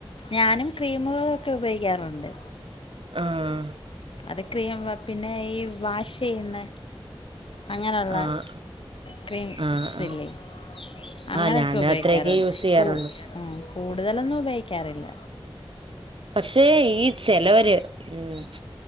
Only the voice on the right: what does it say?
ആഹ്ആ
ആഹ്
ആഹ് ആഹ്
ആഹ് ഞാനും
അത്രയൊക്കെ യൂസ് ചെയ്യാറുള്ളൂ
പക്ഷേ ഈ ചെലവര് ഉം